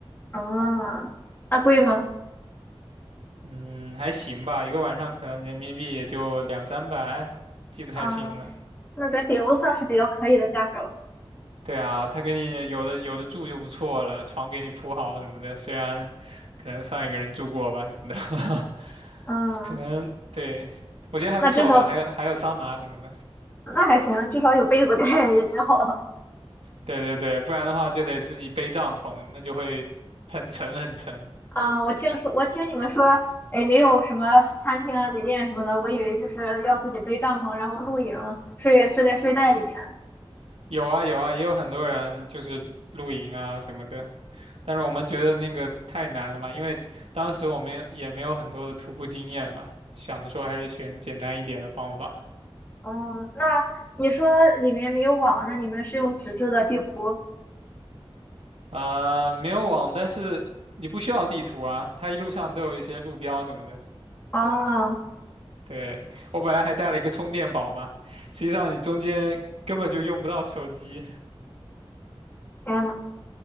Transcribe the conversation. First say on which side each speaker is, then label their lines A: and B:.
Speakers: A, on the left; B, on the right.
A: 啊，那贵吗？
B: 嗯，还行吧，一个晚上可能人民币也就两三百，记不太清了。
A: 啊，那在北欧算是比较可以的价格了。
B: 对啊，他给你有的有的住就不错了，床给你铺好什么的，虽然可能上一个人住过吧什么的，
A: 嗯，
B: <laughs> 可能对，我觉得还不错吧，
A: 那至少
B: 还有还有桑拿什么的。
A: 那还行，至少有被子盖也挺好的。
B: 对对对，不然的话就得自己背帐篷，那就会很沉很沉。
A: 啊，我听说，我听你们说，哎，没有什么餐厅啊、旅店什么的，我以为就是要自己背帐篷，然后露营，睡睡在睡袋里面。
B: 有啊有啊，也有很多人就是露营啊什么的。但是我们觉得那个太难了嘛，因为当时我们也没有很多的徒步经验嘛，想着说还是选简单一点的方法。
A: 嗯，那你说里面没有网，那你们是用纸质的地图？
B: 呃，没有网，但是你不需要地图啊，它一路上都有一些路标什么的。
A: 哦，
B: 对，我本来还带了一个充电宝嘛，实际上你中间根本就用不到手机。
A: 天呐，